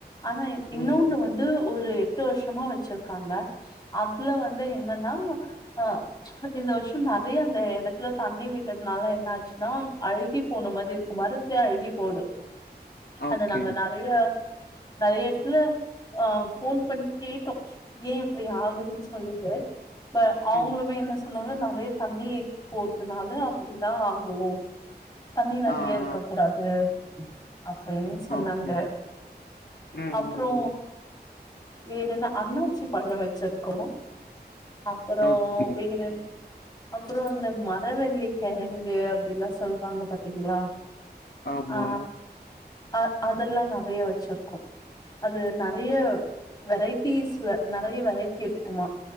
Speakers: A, on the left; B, on the left.
A: ஆனா இன்னோன்னு
B: ம்
A: வந்து ஒரு எட்டு வருஷமா வச்சுருக்காங்க அதுல வந்து என்னனா அ இந்த வருஷோ நெறைய அந்த எடத்துல தண்ணி விட்டதுனால என்ன ஆச்சுன்னா அழுகி போன மாரி இருக்க மாரு சே அழுகி போது
B: ஓகே
A: அத நாங்க நெறைய நெறைய எடத்துல ஆ ஃபோன் பண்ணி கேட்டோ ஏ இப்டி ஆகுதுன் சொல்லிட்டு ப அவுங்களுமே
B: ம்
A: என்ன சொன்னாங்க நெறைய தண்ணி போறதுனால அப்பிடிதா ஆகு தண்ணி நெறைய
B: ஆ
A: இருக்க
B: ஆ
A: கூடாது அப்டின் சொன்னாங்க
B: ஓகே ம்
A: அப்றோ
B: ம் ம்
A: வேற என்ன அண்ணாச்சி பழோ வச்சுருக்கோ அப்பறோ
B: ஓகே
A: வேற என் அப்பறோ அந்த மரவள்ளி கெழங்கு அப்டில்லா சொல்லுவாங்க பாத்தீங்களா
B: ஆமா
A: ஆ அ அதல்லா நெறைய வச்சுருக்கோ அது நெறைய வெரைட்டிஸ்ல நெறைய வெரைட்டி இருக்குமா